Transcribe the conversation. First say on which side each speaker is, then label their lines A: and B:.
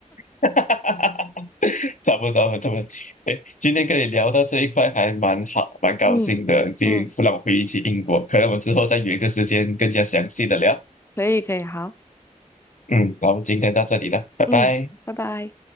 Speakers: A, on the left; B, on the left.
A: <laughs> 哈哈哈！差不多差不多。哎，今天跟你聊到这一块还蛮好，蛮高兴的，
B: 嗯嗯，
A: 就让我回忆起英国。可能我们之后再约一个时间更加详细的聊。
B: 可以可以，好，
A: 嗯，好，今天到这里了，拜拜。
B: 嗯，拜拜。